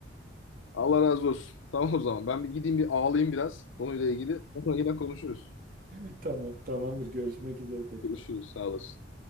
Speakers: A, on the left; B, on the right.
A: Allah razı olsun. Tamam o zaman. Ben bir gideyim bir ağlayayım biraz konuyla ilgili. Sonra yine konuşuruz.
B: <laughs> Tamam, tamamdır. Görüşmek üzere tekrar.
A: Görüşürüz. Sağ olasın.